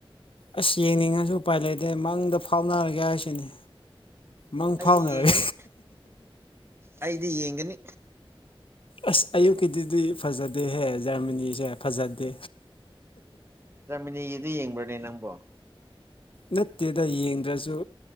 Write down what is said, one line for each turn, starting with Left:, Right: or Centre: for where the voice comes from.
Left: ꯑꯁ ꯌꯦꯡꯅꯤꯡꯉꯁꯨ ꯎꯄꯥꯏ ꯂꯩꯇꯦ ꯃꯪꯗ ꯐꯥꯎꯅꯔꯒꯦ ꯍꯥꯏꯁꯤꯅꯤ ꯃꯪ
Right: ꯑꯩꯗꯤ
Left: ꯐꯥꯎꯅꯔꯦ
Right: ꯌꯦꯡꯒꯅꯤ ꯑꯩꯗꯤ ꯌꯦꯡꯒꯅꯤ
Left: ꯑꯁ ꯑꯌꯨꯛꯀꯤꯗꯤꯗꯤ ꯐꯖꯗꯦꯍꯦ ꯖꯔꯃꯅꯤꯁꯦ ꯐꯖꯗꯦ
Right: ꯆꯥꯃꯤꯅꯤꯒꯤꯗꯨ ꯌꯦꯡꯕ꯭ꯔꯅꯦ ꯅꯪꯕꯣ
Left: ꯅꯠꯇꯦꯗ ꯌꯦꯡꯗ꯭ꯔꯁꯨ